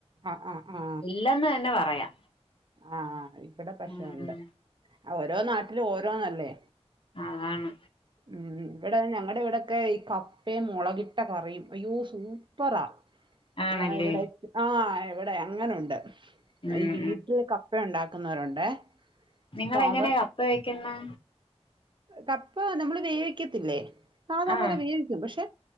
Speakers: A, on the right (about 45°); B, on the left (about 50°).
A: ആ ആ ആ
B: ഇല്ലെന്ന് തന്നെ പറയാം
A: ആഹ് ആ ഇവിടെ പക്ഷേ
B: ഉം
A: ഉണ്ട് ആഹ് ഓരോ നാട്ടിലും ഓരോന്നല്ലേ?
B: അതാണ്
A: ഉം ഇവിടെ ഞങ്ങടെ ഇവിടെ ഒക്കെ ഈ കപ്പയും മുളകിട്ട കറിയും അയ്യോ സൂപ്പറാ
B: ആണല്ലേ
A: ആ ഇവിടെ ആ ഇവിടെ അങ്ങനുണ്ട്
B: ഉം
A: അയ്തീ പ്പ ഉണ്ടാക്കുന്നവരുണ്ടേ
B: നിങ്ങൾ
A: അപ്പൊ
B: എങ്ങനെയാ
A: അവർ
B: കപ്പ വെയ്ക്കുന്നേ
A: കപ്പ നമ്മള് വേവി ക്കത്തില്ലേ സാദാ
B: ആഹ്
A: പോലെ വേവിയ്ക്കും പക്ഷെ